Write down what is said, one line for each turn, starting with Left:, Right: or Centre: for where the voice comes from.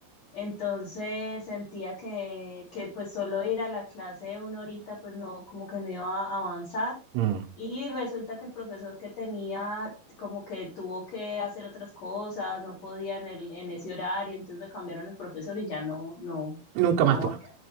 Left: entonces sentía que, que pues solo ir a la clase de una horita pues no, como que no iba a avanzar
Right: Mm.
Left: y resulta que el profesor que tenía como que tuvo que hacer otras cosas, no podía en el, en ese horario, entonces me cambiaron el profesor y ya no, no,
Right: Nunca
Left: no.
Right: más pues.